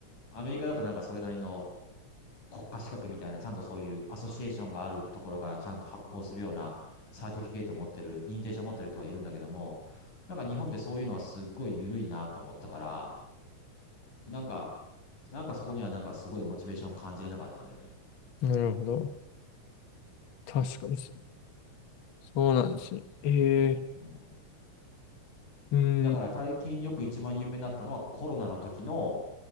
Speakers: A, on the left; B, on the left.
A: アメリカだとなんかそれなりの国家資格みたいな、ちゃんとそういうアソシエーションがあるところがちゃんと発行するようなサーティフィケート持ってる、認定証持ってる人がいるんだけども、なんか日本ってそういうのはすっごい緩いなと思ったから、なんか、なんかそこにはなんかすごいモチベーション感じれなかったんだよね。
B: なるほど。確かにそそうなんですね。え
A: うん
B: ー、うん。
A: だから最近よく一番有名になったのはコロナの時の、